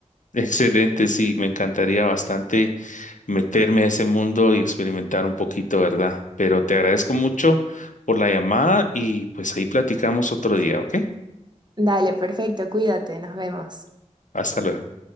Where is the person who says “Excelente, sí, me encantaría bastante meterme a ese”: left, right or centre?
Left